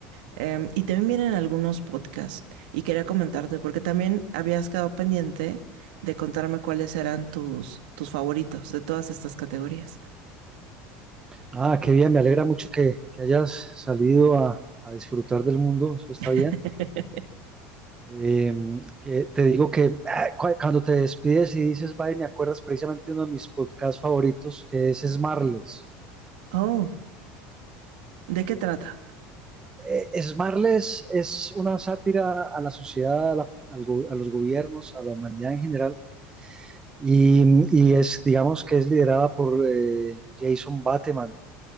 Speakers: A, on the right; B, on the right.
A: Eh, y también vienen algunos podcasts. Y quería comentarte porque también habías quedado pendiente de contarme cuáles eran tus, tus favoritos de todas estas categorías.
B: Ah, qué bien, me alegra mucho que, que hayas salido a, a disfrutar del mundo, eso está
A: <laughs>
B: bien. Eh, que te digo que ah, cu- cuando te despides y dices bye, me acuerdas precisamente uno de mis podcasts favoritos, que es Smarles.
A: oh, ¿de qué trata?
B: Eh, Smarles es una sátira a la sociedad, a, la- al go- a los gobiernos, a la humanidad en general, y, y es, digamos que es liderada por eh, Jason Bateman.